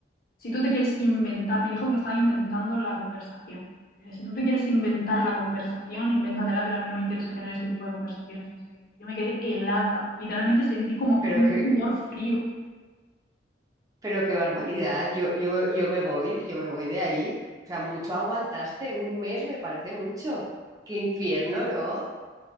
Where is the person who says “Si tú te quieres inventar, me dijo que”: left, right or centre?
Left